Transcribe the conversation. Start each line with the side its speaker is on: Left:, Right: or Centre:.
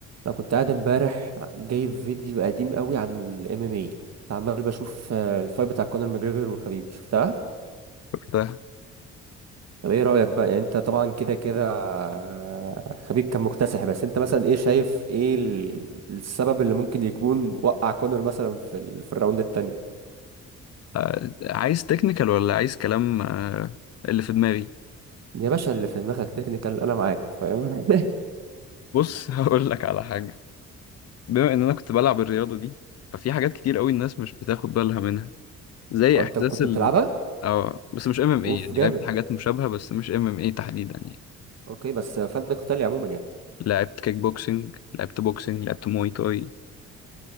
Right: انا كنت قاعد امبارح جايب فيديو قديم قوي عن الام ام اي كنت عمال بشوف آه، الفايت بتاع كونر ماجريجر وخبيب شفتها
Left: ده
Right: طب ايه رايك بقى يعني انت طبعا كده كده آه، خبيب كان مكتسح بس انت مثلا ايه شايف ايه ال- السبب اللي ممكن يكون وقع كونر مثلا في ال... في الراوند التاني
Left: آه، عايز تكنيكال ولا عايز كلام آه، اللي في دماغي
Right: يا باشا اللي في دماغك تكنيكال انا معاك فاهم
Left: بص <laughs> هقول لك على حاجة بما ان انا كنت بلعب الرياضة دي ففي حاجات كتير قوي الناس مش بتاخد بالها منها
Right: <laughs>
Left: زي
Right: آه، انت
Left: احساس
Right: كنت
Left: ال
Right: بتلعبها
Left: اه بس مش ام ام
Right: اوف
Left: ايه يعني
Right: جامد
Left: لعبت حاجات مشابهة بس مش ام ام ايه تحديدا يعني
Right: اوكي بس فن قتالي عموما يعني
Left: لعبت كيك بوكسنج لعبت بوكسنج لعبت موي تاي